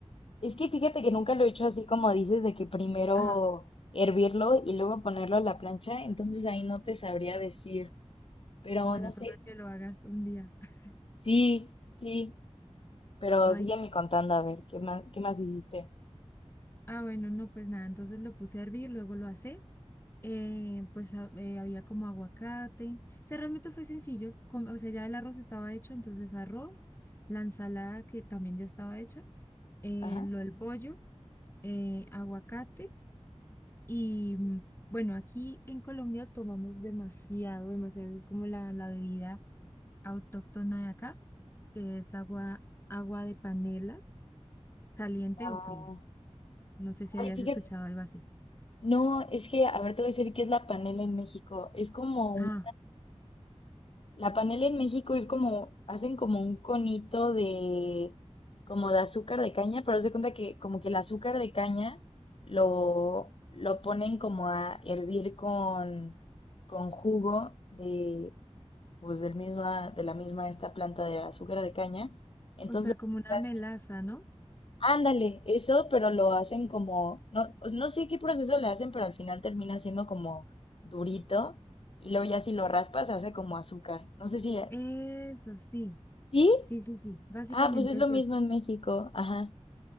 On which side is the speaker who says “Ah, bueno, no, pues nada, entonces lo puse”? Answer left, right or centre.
Left